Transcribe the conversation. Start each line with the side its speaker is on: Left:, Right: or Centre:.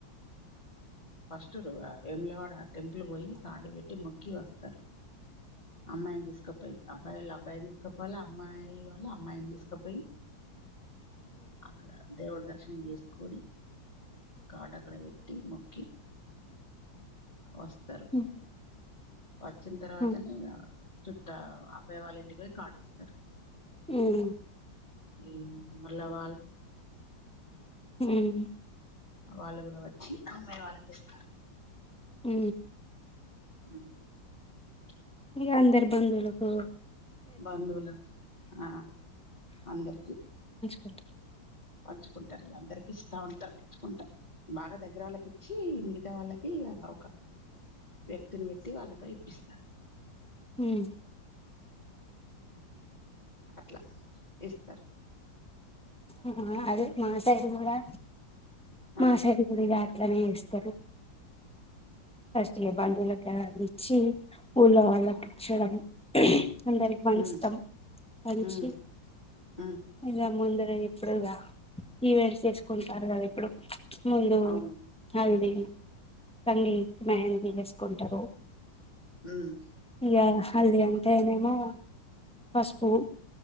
Left: పోతుర్ వేములవాడ టెంపుల్ పోయి కార్డు పెట్టి మొక్కి వస్తరు అమ్మాయిని తీసుకుపోయి అబ్బాయోళ్ళు అబ్బాయి తీసు కోపోల్ప్ అమ్మాయి ల వాళ్ళ అమ్మాయిని తీసుకపోయి అక్కడ దేవుడు దర్శనం చేసుకోని కాడ్ అక్కడ పె ట్టి మొక్కి వస్తరు
Centre: ఉమ్
Left: వచ్చిన తర్వాతనే
Centre: ఉమ్
Left: ఇగా చుట్ట అబ్బాయి వాళ్ళ ఇంటికి పోయి కాడ్ ఇస్తరు
Centre: మ్
Left: ఈమ్ మల్లవాళ్ళు
Centre: ఉమ్
Left: వాళ్ళు గూడా వచ్చి అమ్మాయి వాళ్ళకి ఇస్తరు
Centre: ఉ
Left: అ <inaudible>
Centre: ఇగ అందరి బందువులకు
Left: బందువుల ఆ అందరికి
Centre: <inaudible>
Left: పంచుకుంటారు అందరికి ఇస్తా ఉంటం ఇచ్చుకుంటా బాగా దగ్గర వాళ్ళకి ఇచ్చి మిగతా వాళ్ళకి ఒక వ్యక్తిని పెట్టి వాళ్ళతో ఇప్పిస్తారు
Centre: ఉమ్
Left: అట్లా ఇస్తరు
Centre: అహ అదే మా సైడు కూడా
Left: ఆ
Centre: మా సైడ్ కూడా అట్లనే ఇస్తరు ఫస్ట్ మా బంధువులకి ఇచ్చి ఊళ్ళో వాళ్ళకి ఇచ్చేదాన్ని అందరికి మంచుతం
Left: ఉమ్
Centre: పంచి
Left: ఉమ్ ఉమ్
Centre: ఇలా ముందు ఇప్పుడిగా ఈవెంట్ చేసుకుంటారు కదా ఇప్పుడు ముందు
Left: అవును
Centre: వాళ్ళు ఆహా పర్లేదు ఏం రివర్స్ కొంటారు
Left: ఉమ్
Centre: ఇక మల్లిీ అంటేనేమో పసుపు